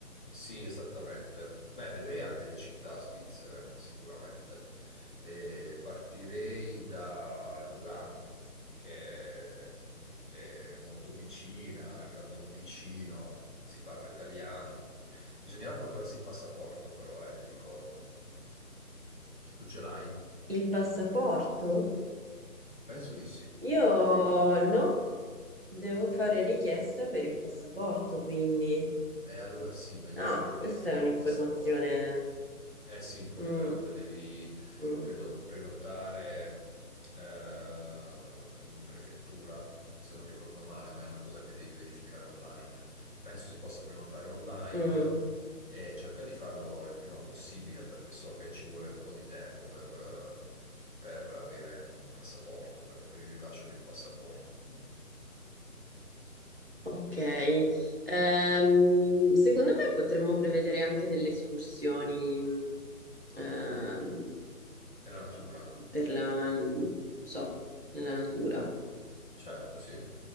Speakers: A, on the left (about 35°); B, on the right (about 40°).
A: Sì, esattamente. Beh, vedrei anche le città svizzere, sicuramente. E partirei da Lugano, che è molto vicina al Canton Ticino, si parla italiano. Bisognerà portarsi il passaporto, però, eh, ti ricordo. Tu ce l'hai?
B: Il passaporto?
A: Penso di sì.
B: Io no, devo fare richiesta per il passaporto, quindi...
A: E allora sì, meglio
B: Ah,
A: fare richiesta
B: questa
A: per
B: è un'informazione...
A: il passaporto. Eh sì, importante,
B: mm.
A: devi,
B: Mm.
A: credo, prenotare eh, in prefettura, se non ricordo male, ma è una cosa che devi verificare online. Penso si possa prenotare online
B: Mm,
A: e cerca di farlo il prima possibile perché so che ci vuole un po' di tempo per, eh, per avere un passaporto, per per il rilascio di un passaporto
B: ok. Ehm, secondo me potremmo prevedere anche delle escursioni ehm,
A: nella natura.
B: per la, non so, nella natura.
A: Certo, sì.